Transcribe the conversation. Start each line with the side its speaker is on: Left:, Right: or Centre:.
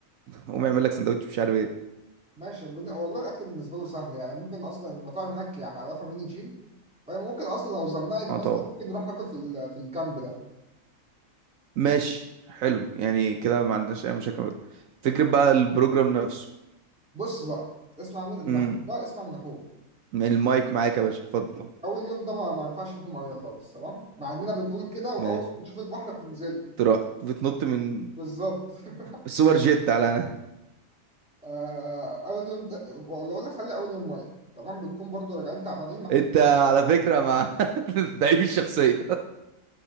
Right: قوم
Centre: آه،
Right: اعمل لك سندوتش مش عارف ايه
Centre: ماشي بن- والله الأكل بالنسبة له سهل يعني ممكن أصلا المطاعم هناك يعني عارفة مين يشيل فاهم ممكن أصلا لو زنقت
Right: اه
Centre: مثلا
Right: طبعا
Centre: ممكن نروح ناكل في ال- في الكامب ده
Right: ماشي حلو يعني كده ما عندناش اي مشاكل فكرة بقى البروجرام نفسه
Centre: بص بقى اسمع من من
Right: امم
Centre: أخوك بقى اسمع من أخوك
Right: المايك معاك يا باشا اتفضل
Centre: اول يوم ده ما ما ينفعش فيه ميه خالص تمام مع اننا بنقول كده واول
Right: ماشي
Centre: ما نشوف البحر بننزله
Right: ترا... بتنط من
Centre: بالظبط <laughs>
Right: السوبر جيت على انا
Centre: آه، اول يوم ده ولا ولا خلي اول يوم ميه تمام بتكون برضو راجعين تعبانين محتاجين
Right: انت على فكرة مع <laughs> ضعيف الشخصية